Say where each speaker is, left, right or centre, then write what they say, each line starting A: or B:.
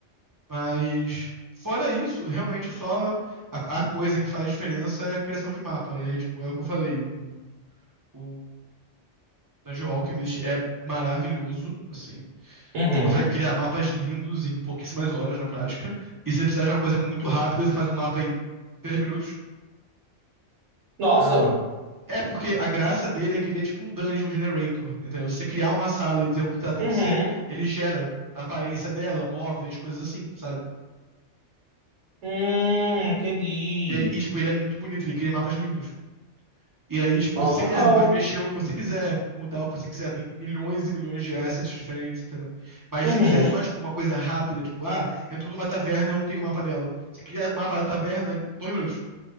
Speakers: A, on the right; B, on the right.
A: Mas, fora isso, realmente só a, a coisa que faz diferença é a criação de mapa. E aí, tipo, é o que eu falei, o, o Dungeon Alchemist é maravilhoso, assim.
B: Uhum.
A: Você consegue criar mapas lindos em pouquíssimas horas na prática. E se você precisar de uma coisa muito rápida, você faz um mapa em 3 minutos.
B: Nossa!
A: Pra... É, porque a graça dele é que ele é tipo um dungeon generator. Entendeu? Se você criar uma sala e dizer o que ela tem
B: Uhum.
A: que ser, ele gera a aparência dela, móveis, coisas assim, sabe?
B: Hum, entendi.
A: E, aí, e, tipo, ele é muito bonito, ele cria mapas lindos. E aí, tipo,
B: Ah,
A: se
B: legal.
A: você quiser, você pode mexer o que você quiser, mudar o que você quiser. Tem milhões e milhões de assets diferentes, entendeu? Mas
B: Uhum.
A: se você quiser só, tipo, uma coisa rápida, tipo, ah, entrou numa taverna, e eu não tenho o mapa dela. Você cria o mapa da taverna em dois minutos.